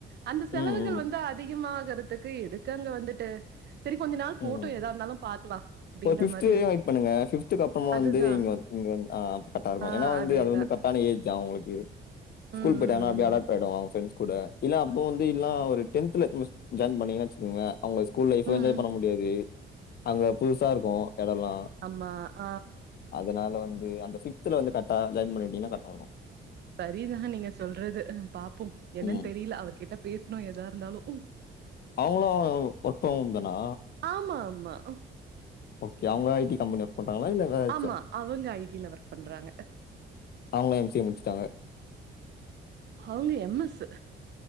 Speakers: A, on the right (about 55°); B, on the left (about 50°).
A: அந்த செலவுகள்
B: ம், ம்,
A: வந்து அதிகமாகுறதுக்கு எதுக்கு அங்க வந்துட்டு சரி கொஞ்ச நாள் போட்டு
B: ம்.
A: எதா இருந்தாலு பாக்குலா அப்டின்ற
B: ஒரு
A: மாரி
B: வரையும்
A: இருக்கு
B: வெயிட் பண்ணுங்க. அப்புறமா
A: அதுதா
B: வந்து இங்க வந்து இங்க வந்து அ அப்ப கரெக்டா இருக்கு
A: ஆ
B: ஏன்னா வந்து
A: அதேதா
B: அது வந்து கரக் டான ஏஜ் அவங்களுக்கு ஸ்கூல்
A: ம்
B: போயிட்டனாங்கனா
A: ம்
B: அப்டி அடாப்ட் ஆயிடுவாங்க அவங்க ஃப்ரெண்ட்ஸ் கூட இல்ல அப்போ வந்து இல்லனா ஒரு டென்த்துல இங்க ஜாயின் பண்ணீங்கனு வச்சிகோங்களே அவங்க ஸ்கூல் லைஃப்
A: ம் ம்
B: பண்ண முடியாது அங்க புதுசா இருக்கோ எடோலா
A: அம்மா அப்
B: அதனால வந்து அந்த ஃபிப்த்துல வந்து கர்ட்டா ஜாயின் பண்ணிவிட்டீங்கனா கர்ட்டா இருக்கோ
A: சரிதா நீங்க சொல்றது பாப்போ என்னன்னு
B: ம்.
A: தெரில அவர் கிட்ட பேசுனோ எதா இருந்தாலு
B: அவங்களு ஒர்க் ஃப்ரம் ஹோம் தானா
A: ஆமா ஆமா
B: ஓகே அவுங்க ஐ டி கம்பனி ஒர்க் பண்ணறாங்களா இல்ல வேற ஏதாச்சா?
A: ஆமா அவுங்க ஐ டில ஒர்க் பண்றாங்க
B: அவுங்க எம் சி எ முடிச்சுட்டாங்க
A: அவுங்க M S